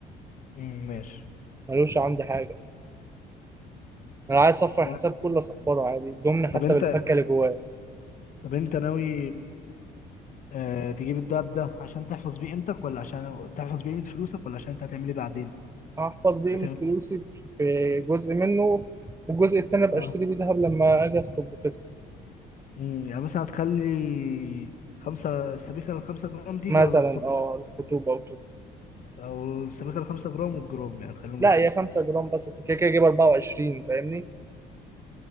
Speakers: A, on the left; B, on the right.
A: امم ماشي
B: ملوش عندي حاجه انا عايز اصفر الحساب
A: لا،
B: كله اصفره عادي الضمن حتى
A: طب انت
B: بالفكه اللي جواه
A: طب انت ناوي آه تجيب الدهب ده عشان تحفظ بيه قيمتك ولا عشان تحفظ بيه قيمة فلوسك ولا عشان انت هتعمل ايه بعدين
B: احفظ بقيمه
A: هتعمل
B: فلوسي في في جزء منه والجزء التاني ابقى
A: اه
B: اشتري بيه دهب لما اجي اخطب وكده
A: امم يعني مثلا هتخلي خمسة السبيكة الخمسة جرام دي
B: مثلا
A: لخطوبتك
B: اه الخطوبه وكده
A: أو السبيكة الخمسة جرام والجرام يعني هتخليهم
B: لا
A: لخطوبتك
B: هي 5 جرام بس أصل كده كده اجيب 24 فاهمني